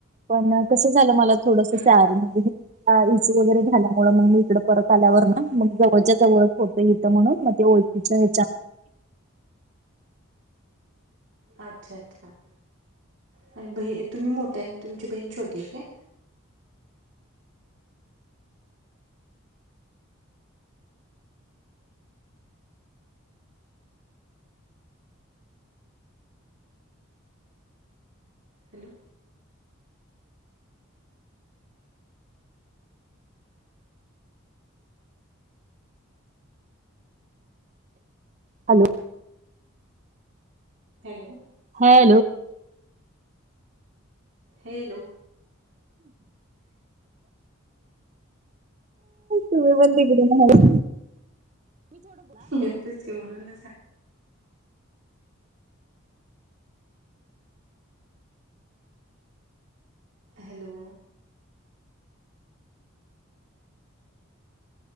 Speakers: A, on the right (about 35°); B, on the right (about 55°).
A: पण कस झालं मला थोडंस
B: हम्म
A: स्यार
B: हम्म
A: मध्ये <unintelligible> इसू वगैरे झाल्यामुळ मग मी इकड परत आल्यावर ना मग जवळच्या जवळच होतय हित म्हणून म ते ओळखीच्या हेच्या
B: अच्छा-अच्छा. आणि भय तुम्ही मोठं आय अन् तुमची बहीण छोटी आय काय? Hello
A: hello.
B: Hello.
A: Hello.
B: Hello.
A: तुम्ही पण तिकडून हॅलो.
B: म तेच की म्हणनच हा हॅलो.